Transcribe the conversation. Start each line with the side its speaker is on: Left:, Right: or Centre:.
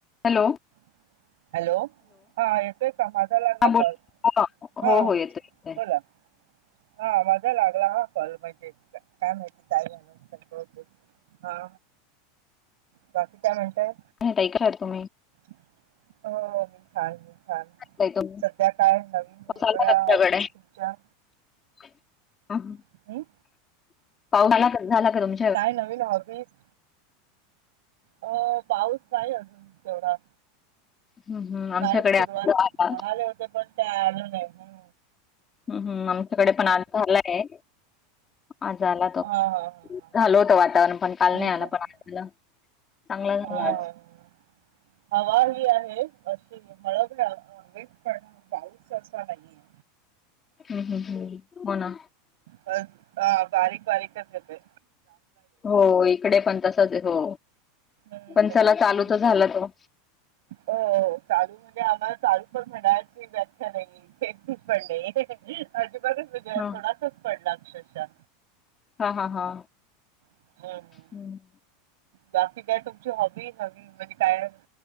Left: Hello
Right: <inaudible> hello हा येतोय. का माझा लागला
Left: बोल
Right: कॉल हा
Left: हो हो येतोय येतोय
Right: बोला <inaudible> हा माझा लागला हा कॉल म्हंजे काय माहिती काय झालं असेल बहुतेक हा बाकी काय म्हणतंय
Left: बहिराय काय तुम्ही
Right: <unintelligible> छान छान
Left: पाऊस
Right: सध्या काय नवीन वेगवेगळ्या
Left: आला का तुमच्याकडे?
Right: हॉबीज तुमच्या
Left: <inaudible>
Right: हम्म
Left: पाऊस झाला झाला का तुम
Right: काय नवीन हॉबीज अ पाऊस नाही अजून तेवढा
Left: हम्म हम्म आमच्याकडे
Right: नाहीच सुरुवात
Left: आज आला
Right: म्हणाले होते पण ते आलं नाही ना
Left: हम्म हम्म आमच्याकडे पण आज झालाय आज आला तो
Right: हा हा हा हा
Left: झाल होत वातावरण पण काल
Right: हम्म
Left: नाही आलं
Right: हम्म
Left: पण आज आला चांगला झाला
Right: हा हा
Left: आज
Right: हा. हवा ही आहे अशी मळभ <unintelligible> पण पाऊस असा नाहीये
Left: हम्म हम्म हम्म हो ना
Right: ब हा बारीक बारीकच येतोय
Left: हो इकडे पण तसचयं हो
Right: हम्म.
Left: पण चला चालू तर झाला तो
Right: हो हो चालू म्हणजे आम्हाला चालू पण म्हणाची व्याख्या नाहीये इथे पण नाही म्ह बच विजया
Left: हा
Right: थोडासाच पडला अक्षरशः
Left: हा हा हा
Right: हम्म.
Left: हम्म
Right: बाकी काय तुमची हॉबी हवी म्हणजे काय